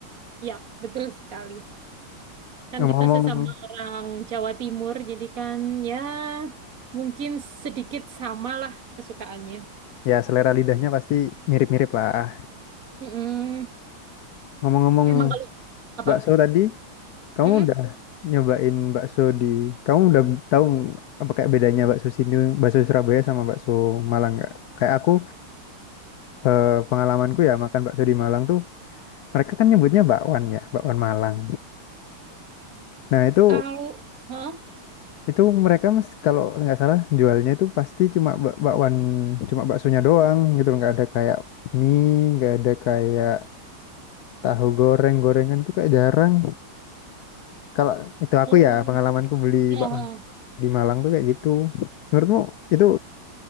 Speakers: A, on the right; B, on the left.
A: Ya, betul sekali. Kan
B: ngomong-ngomong
A: kita sesama orang Jawa Timur, jadi kan ya mungkin sedikit sama lah kesukaannya.
B: ya selera lidahnya pasti mirip-mirip lah
A: Mm-mm.
B: ngomong-ngomong
A: Emang kalau apa?
B: bakso tadi kamu
A: Mm-mm.
B: udah nyobain bakso di kamu udah tahu apa kayak bedanya bakso sini bakso Surabaya sama bakso Malang nggak kayak aku eh, pengalamanku ya makan bakso di Malang tuh mereka kan nyebutnya bakwan ya bakwan Malang nah itu
A: Kalau, Hah?
B: Itu mereka mes, kalau nggak salah jualnya itu pasti cuma bak- bakwan, cuma baksonya doang gitu loh. Nggak ada kayak mie, nggak ada kayak tahu goreng, gorengan itu kayak jarang. Kalau itu aku
A: Oh,
B: ya pengalamanku beli
A: ya.
B: bakwan
A: huh.
B: di Malang tuh kayak gitu. Menurutmu itu